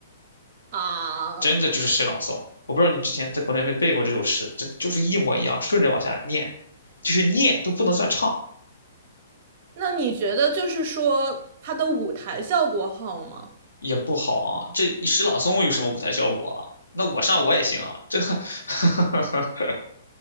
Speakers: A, on the right (about 40°); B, on the left (about 70°).
A: 啊，
B: 真的就是诗朗诵。我不知道你之前在国内有没有背过这首诗，这就是一模一样，顺着往下念，就是念都不能算唱，
A: 那你觉得就是说他的舞台效果好吗？
B: 也不好啊。这诗朗诵有什么舞台效果啊？那我上我也行啊，这。<laughs>